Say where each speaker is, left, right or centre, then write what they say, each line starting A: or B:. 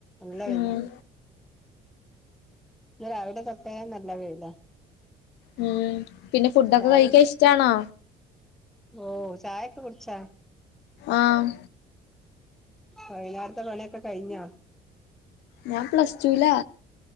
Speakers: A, in the centre; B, on the left.
A: നല്ല വെയ്ലാ
B: ഉം
A: ഇ രാവിലെ തൊട്ടേ നല്ല വെയിലാ
B: ഉം പിന്നെ ഫുഡൊക്കെ
A: ചായ
B: കഴിക്കാൻ
A: കുടിച്ച്
B: ഇഷ്ടാണോ
A: ഓ ചായിക്ക കുടിച്ചാ
B: ആ ഉം
A: വൈകുന്നേരത്തെ പണിയൊക്കെ കഴിഞ്ഞാ
B: ഞാൻ പ്ലസ് ടുലാ